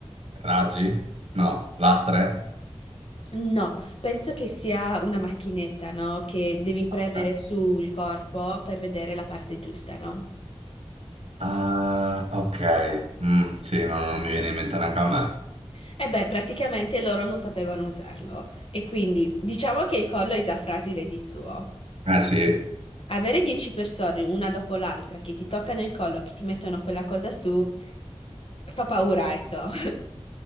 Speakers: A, on the right; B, on the left.
A: Raggi? No. Lastre?
B: No, penso che sia una macchinetta, no? Che devi premere
A: Eh.
B: sul corpo per vedere la parte giusta, no?
A: Ah, ok. Mm, sì, no, no, non mi viene in mente neanche a me.
B: E beh, praticamente loro non sapevano usarlo e quindi diciamo che il collo è già fragile di suo.
A: Eh sì, eh
B: Avere 10 persone, una dopo l'altra, che ti toccano il collo, che ti mettono quella cosa su, fa paura, ecco.